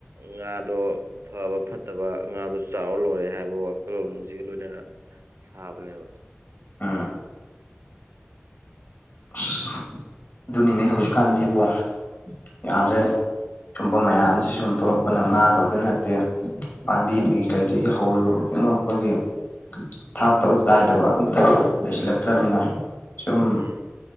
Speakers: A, on the right (about 75°); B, on the left (about 50°).
A: ꯉꯥ ꯗꯣ ꯐꯕ ꯐꯠꯇꯕ ꯉꯥꯗꯣ ꯆꯥꯎꯔ ꯂꯣꯏꯔꯦ ꯍꯥꯏꯕ ꯋꯥꯈꯜꯂꯣꯟꯖꯤꯒ ꯂꯣꯏꯅꯅ ꯁꯥꯕꯅꯦꯕ
B: ꯑꯥ ꯑꯁ ꯑꯗꯨꯅꯤꯅꯦ ꯍꯧꯖꯤꯛꯀꯥꯟꯗꯤꯕꯣ ꯌꯥꯗ꯭ꯔꯦ ꯁꯨꯝꯕ ꯃꯌꯥꯝꯁꯤ ꯁꯨꯝ ꯊꯣꯛꯂꯛꯄꯅ ꯉꯥ ꯈꯛꯇ ꯅꯠꯇꯦ ꯄꯥꯝꯕꯤꯗꯒꯤ ꯀꯩꯗꯒꯤ ꯍꯧꯔꯤꯕ ꯈꯨꯗꯤꯡꯃꯛ ꯑꯩꯈꯣꯏꯒꯤ ꯊꯥꯛꯇꯕ ꯆꯥꯏꯗꯕ ꯑꯝꯇ ꯂꯩꯁꯤꯜꯂꯛꯇ꯭ꯔꯕꯅꯤꯅ ꯁꯨꯝ
A: ꯎꯝ